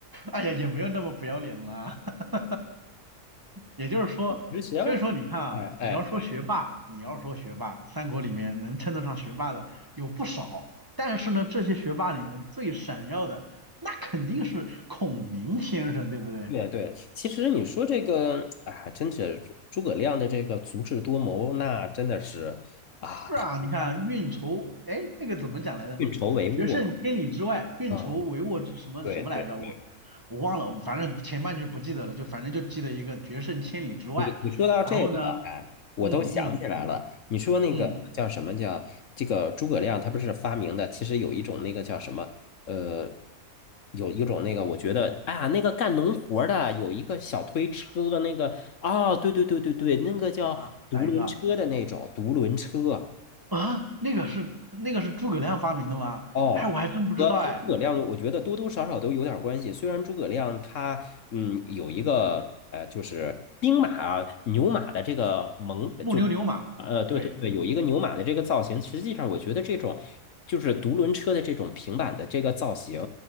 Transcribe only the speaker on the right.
哎呀，也没有那么不要脸啦。<laughs> 也就是说，
所以说你看啊，
你要说学霸，你要说学霸，三国里面能称得上学霸的有不少，但是呢，这些学霸里面最闪耀的，那肯定是孔明先生，对不对？
是啊，
你看运筹，哎，那个怎么讲来着？
决胜千里之外，运筹帷幄之什么什么来着？
我我忘了，反正前半句不记得了，就反正就记得一个决胜千里之外。
然后呢，
嗯嗯
嗯，
啊，哪一个啊？那个是那个是诸葛亮发明的吗？
哎，我还真不知道哎。
木牛流马，
对，